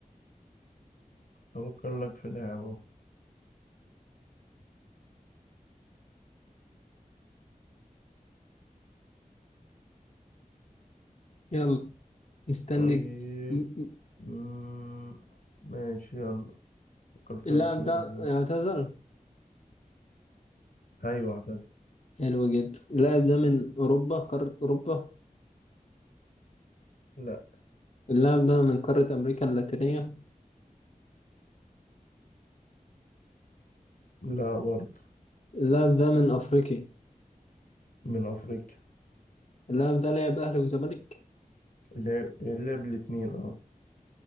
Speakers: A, on the left; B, on the left.
A: أفكر لك في لعبة
B: يلا مستنك
A: طيب
B: م- م-
A: مم، ماشي يلا فكرت
B: اللاعب
A: لك في لعبة
B: ده اعتزل
A: أيوة اعتزل
B: حلو جدا اللاعب ده من أوروبا قارة أوروبا
A: لا
B: اللاعب ده من قارة أمريكا اللاتينية
A: لا برضه
B: اللاعب ده من أفريقيا
A: من أفريقيا
B: اللاعب ده لعب أهلي وزمالك
A: لعب لعب الاتنين اه